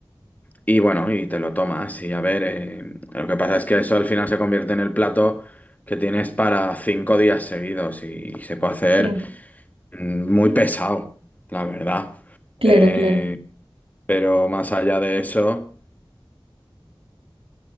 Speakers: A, on the left; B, on the right.
A: Y bueno, y te lo tomas y a ver, eh, lo que pasa es que eso al final se convierte en el plato que tienes para cinco días seguidos y, se puede hacer
B: Claro,
A: mm, muy pesado, la verdad.
B: claro,
A: Eh,
B: claro.
A: pero más allá de eso,